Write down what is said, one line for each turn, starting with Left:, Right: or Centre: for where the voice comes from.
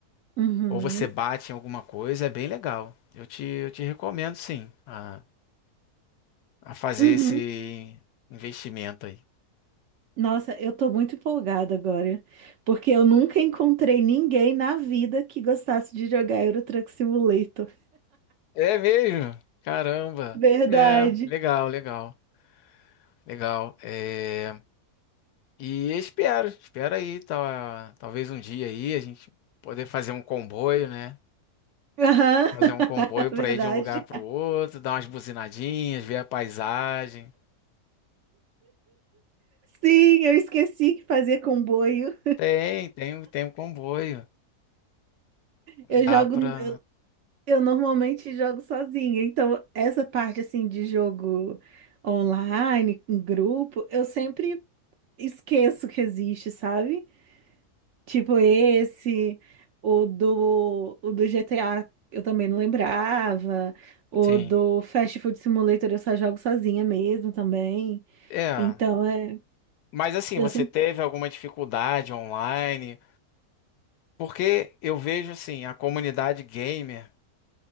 Right: Uhum.
Left: ou você bate em alguma coisa, é bem legal. Eu te, eu te recomendo sim a, a fazer
Right: Uhum.
Left: esse investimento aí.
Right: Nossa, eu tô muito empolgada agora, porque eu nunca encontrei ninguém na vida que gostasse de jogar Euro Truck Simulator.
Left: É mesmo? Caramba!
Right: Verdade.
Left: É, legal, legal, legal. É. E espero, espero aí, tá, talvez um dia aí a gente poder fazer um comboio, né?
Right: Aham.
Left: Fazer um comboio para
Right: <laughs>
Left: ir
Right: Verdade.
Left: de um lugar para o outro, dar umas buzinadinhas, ver a paisagem.
Right: Sim, eu esqueci que fazia comboio.
Left: Tem, tem, tem um comboio.
Right: Eu
Left: Dá
Right: jogo,
Left: pra.
Right: eu eu normalmente jogo sozinha, então essa parte assim de jogo online, em grupo, eu sempre esqueço que existe, sabe? Tipo esse, o do, o do GTA eu também não lembrava, o
Left: Sim.
Right: do Fast Food Simulator eu só jogo sozinha mesmo também.
Left: É.
Right: Então é,
Left: Mas assim,
Right: eu
Left: você
Right: sempre.
Left: teve alguma dificuldade online? Porque eu vejo assim, a comunidade gamer,